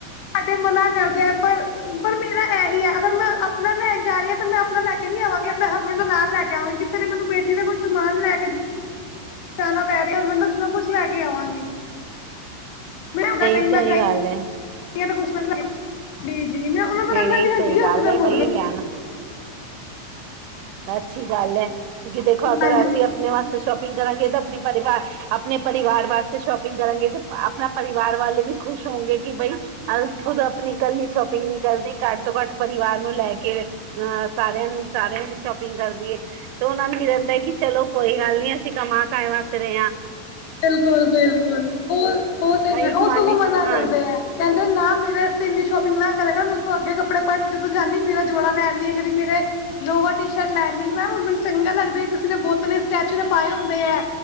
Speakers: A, on the left; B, on the right.
A: ਸਾਡੇ ਮਨਾ ਕਰਦੇ ਆ ਪਰ ਪਰ ਮੇਰਾ ਇਹੀ ਹੈ ਅਗਰ ਮੈਂ ਆਪਣਾ ਲੈਣ ਜਾ ਰੀ ਆ ਤਾਂ ਮੈਂ ਆਪਣਾ ਲੈ ਨੀ ਆਵਾਂਗੇ ਆਪਣੇ ਹਸਬੈਂਡ ਦਾ ਨਾਲ ਲੈ ਕੇ ਆਵਾਂਗੀ ਕਿਤੇ ਨੇ ਮੈਨੂੰ ਬੇਟੀ ਦਾ ਕੋਈ ਸਮਾਨ ਲੈ ਕੇ ਜਾਣਾ ਪੈ ਰੇਆ <unintelligible> ਕੁਛ ਨਾ ਕੁਛ ਲੈ ਕੇ ਆਵਾਂਗੀ। ਮਲਾਉਂਦਾ ਨਹੀਂ
B: ਸਹੀ
A: ਮੈਂ ਗਈ
B: ਗੱਲ ਹੈ
A: ਕੁਛ <unintelligible> ਜੀ ਜੀ ਮੈਂ ਓਨਾ
B: ਨਹੀਂ
A: ਦਾ ਪੈਲਾ
B: ਨਹੀਂ
A: ਲਿਆਂਦੀ
B: ਸਹੀ ਗੱਲ
A: ਆ ਆਪਣਾ
B: ਹੈ
A: ਮਗਰੋਂ
B: ਬਈ ਲੈਣਾ ਅੱਛੀ ਗੱਲ ਐ ਕਿਉਂਕਿ ਦੇਖੋ ਅਗਰ
A: ਹਾਂਜੀ
B: ਅਸੀਂ ਆਪਣੇ ਵਾਸਤੇ ਸ਼ੋਪਿੰਗ ਕਰਾਂਗੇ ਤਾਂ ਆਪਣੇ ਪਰਿਵਾਰ ਆਪਣੇ ਪਰਿਵਾਰ ਵਾਸਤੇ ਸ਼ੋਪਿੰਗ ਕਰਾਂਗੇ ਤੇ ਆਪਣਾ ਪਰਿਵਾਰ ਵਾਲੇ ਵੀ ਖੁਸ਼ ਹੋੋਂਗੇ ਕਿ ਬਈ ਅਲ ਖੁਦ ਆਪਣੀ ਕੱਲੀ ਸ਼ੋਪਿੰਗ ਨੀ ਕਰਦੀ ਘੱਟ ਤੋਂ ਘੱਟ ਪਰਿਵਾਰ ਨੂੰ ਲੈ ਕੇ ਹਾ ਸਾਰਿਆਂ ਨੂੰ ਸਾਰਿਆਂ ਦੀ ਸ਼ੋਪਿੰਗ ਕਰਦੀ ਐ ਤੇ ਓਨਾ ਨੂੰ ਵੀ ਰੈਂਦਾ ਐ ਕਿ ਚਲੋ ਕੋਈ ਗੱਲ ਨੀ ਅਸੀਂ ਕਮਾ ਕਾਏ ਵਾਸਤੇ ਰਏ ਆਂ।
A: ਬਿਲਕੁਲ, ਬਿਲਕੁਲ ਓ, ਓ ਤੇ
B: ਬਾਈ ਇੱਕ
A: ਓ ਸਗੋਂ
B: ਮਨ ਚ
A: ਮਨਾ
B: ਹਾਂ
A: ਕਰਦੇ ਐ। ਕੈਂਦੇ ਨਾ ਮੇਰੇ ਅਸਤੇ ਇੰਨੀ ਸ਼ੋਪਿੰਗ ਨਾ ਕਰੇ ਕਰ ਅੱਗੇ ਕੱਪੜੇ ਪਾਏ ਤੇ ਜਦੋਂ ਜਾਨੀ ਮੇਰਾ ਜੋੜਾ ਲੈ ਆਨੀ ਏ ਕਦੀ ਮੇਰੇ ਲੋਵਰ ਟੀ ਸ਼ਰਟ ਲੈਨੀ ਮੈਂ ਹੁਣ ਚੰਗਾ ਲੱਗਦੈ ਕਿਸੇ ਨੇ ਬੌਤ ਨੇ ਸਟੇਚੂ ਨੇ ਪਾਏ ਹੁੰਦੇ ਐ